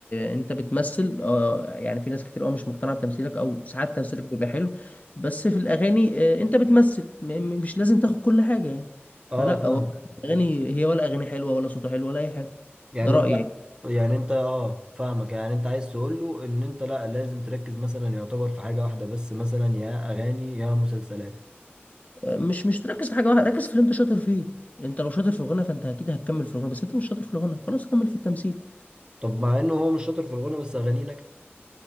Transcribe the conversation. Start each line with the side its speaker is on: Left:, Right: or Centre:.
Left: أنت بتمثل آه، يعني في ناس كتير أوي مش مقتنعة بتمثيلك أو ساعات تمثيلك بيبقى حلو بس في الأغاني آه، أنت بتمثل م- م- مش لازم تاخد كل حاجة يعني فلأ
Right: اه فاهمك
Left: هو الأغاني هي ولا أغاني حلوة ولا صوته حلو ولا أي حاجة
Right: يعني
Left: ده رأيي
Right: انت يعني انت اه فاهمك يعني انت عايز تقول له ان انت لا لازم تركز مثلا يعتبر في حاجة واحدة بس مثلا يا اغاني يا مسلسلات
Left: آه، مش مش تركز في حاجة واحدة ركز في اللي أنت شاطر فيه أنت لو شاطر في الغنى فأنت أكيد هتكمل في الغنى بس أنت مش شاطر في الغنى خلاص كمل في التمثيل
Right: طب مع انه هو مش شاطر في الغنى بس اغانيه ناجحة